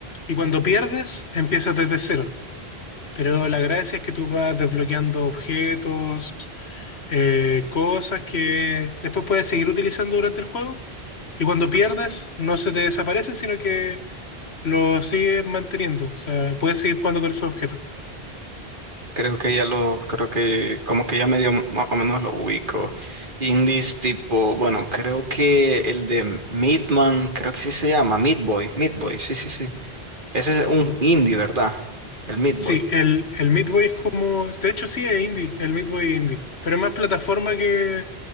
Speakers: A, on the left; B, on the right.
A: y cuando pierdes empiezas desde cero. Pero la gracia es que tú vas desbloqueando objetos, eh, cosas que después puedes seguir utilizando durante el juego y cuando pierdes no se te desaparecen, sino que los sigues manteniendo. O sea, puedes seguir jugando con esos objetos.
B: Creo que ya lo, creo que como que ya medio más o menos lo ubico. Indies tipo, bueno, creo que el de Midman, creo que sí se llama, Meat Boy, Meat Boy, sí, sí, sí. Ese es un indie, ¿verdad? El Meat Boy.
A: Sí, el, el Meat Boy es como... De hecho sí, es indie, el Meat Boy es indie. Pero es más plataforma que,